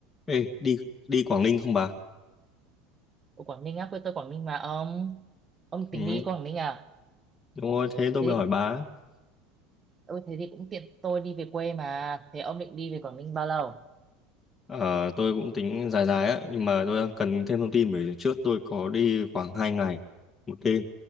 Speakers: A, on the left; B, on the right.
A: Ê, đi đi Quảng Ninh không bà?
B: Ở Quảng Ninh á, quê tôi Quảng Ninh mà ông ông
A: Ừ,
B: tính đi Quảng Ninh à?
A: đúng rồi, thế tôi
B: Thế
A: mới hỏi bà.
B: ừ, thế thì cũng tiện tôi đi về quê mà. Thế ông định đi về Quảng Ninh bao lâu?
A: Ờ, tôi cũng tính dài dài á, nhưng mà tôi đang cần thêm thông tin bởi trước tôi có đi khoảng 2 ngày một đêm